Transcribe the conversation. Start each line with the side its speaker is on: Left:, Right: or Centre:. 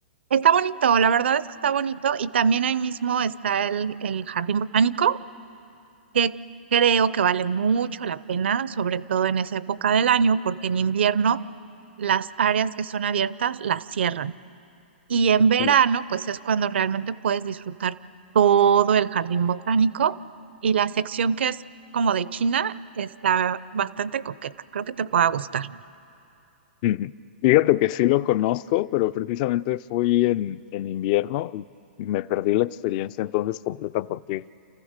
Right: Está bonito, la verdad es que está bonito y también ahí mismo está el, el jardín botánico, que creo que vale mucho la pena, sobre todo en esa época del año, porque en invierno las áreas que son abiertas las cierran y en verano
Left: Ujú.
Right: pues es cuando realmente puedes disfrutar todo el jardín botánico y la sección que es como de China está bastante coqueta, creo que te pueda gustar.
Left: Ujú. Fíjate que sí lo conozco, pero precisamente fui en, en invierno y me perdí la experiencia entonces completa porque